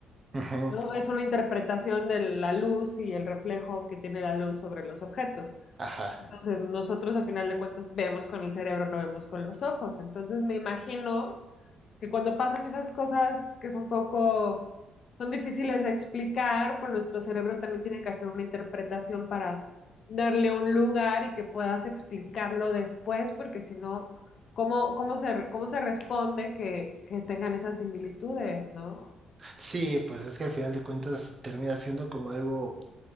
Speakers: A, on the right (about 35°); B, on the left (about 55°).
A: ujú,
B: ¿no? Es una interpretación de la luz y el reflejo que tiene la luz sobre los objetos.
A: Ajá.
B: Entonces, nosotros a final de cuentas vemos con el cerebro, no vemos con los ojos. Entonces, me imagino que cuando pasan esas cosas que son poco, son difíciles de explicar, pues nuestro cerebro también tiene que hacer una interpretación para darle un lugar y que puedas explicarlo después, porque si no, ¿cómo, cómo se, cómo se responde que, que tengan esas similitudes, ¿no?
A: Sí, pues es que al final de cuentas termina siendo como algo